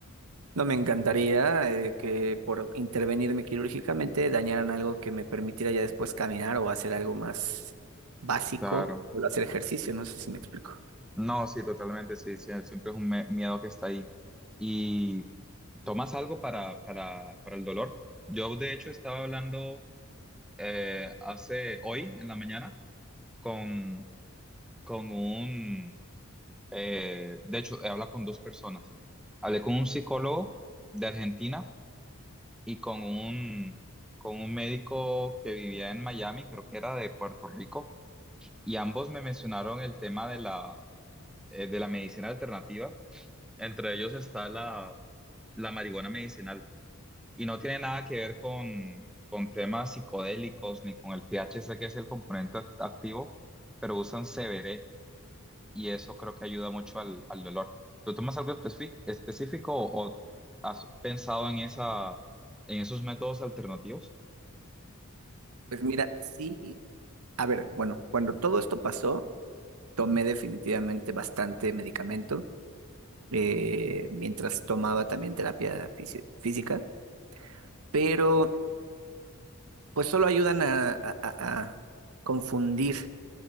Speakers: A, on the right; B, in the centre.
A: no me encantaría eh, que por intervenirme quirúrgicamente dañaran algo que me permitiera ya después caminar o hacer algo más básico
B: claro.
A: o hacer ejercicio, no sé si me explico.
B: No, sí, totalmente, sí, sí, siempre es un me- miedo que está ahí. ¿Y tomas algo para, para, para el dolor? Yo, de hecho, estaba hablando eh, hace hoy en la mañana con, con un, eh, de hecho, he hablado con dos personas. Hablé con un psicólogo de Argentina y con un, con un médico que vivía en Miami, creo que era de Puerto Rico, y ambos me mencionaron el tema de la, eh, de la medicina alternativa. Entre ellos está la, la marihuana medicinal. Y no tiene nada que ver con, con temas psicodélicos ni con el THC, que es el componente act- activo, pero usan CBD y eso creo que ayuda mucho al, al dolor. ¿Tú tomas algo especi- específico o, o has pensado en esa, en esos métodos alternativos?
A: Pues mira, sí, a ver, bueno, cuando todo esto pasó, tomé definitivamente bastante medicamento. eh, mientras tomaba también terapia fisi- física, pero pues solo ayudan a, a- a- a confundir